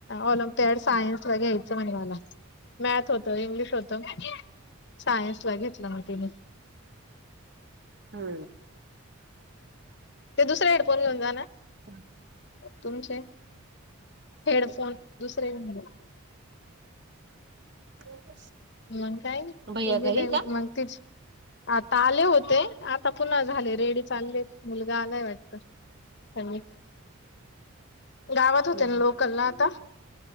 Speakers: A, on the left; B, on the right.
A: ऑलिम्पिड सायन्स ला घ्यायचं म्हणे मला मॅथ्स होत इंग्लिश होत सायन्स ला घेतलं म तिने
B: हू
A: ते दुसर हेडफोन घेऊन जा ना
B: <inaudible>
A: तुमचे हेडफोन दुसरे घेऊन जा
B: <unintelligible>
A: मग काय, ते
B: भैया घरी
A: गेले
B: का?
A: मग तेच आता आले होते, आता पुन्हा झाले रेडी चालले मुलगा आलाय वाटतं. हल्ली गावात होते
B: हम्म
A: ना लोकलला आता,,